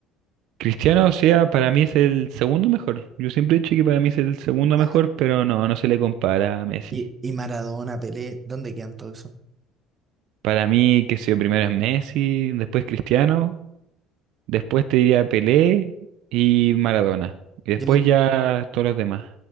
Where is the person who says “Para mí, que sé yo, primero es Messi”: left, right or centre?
Right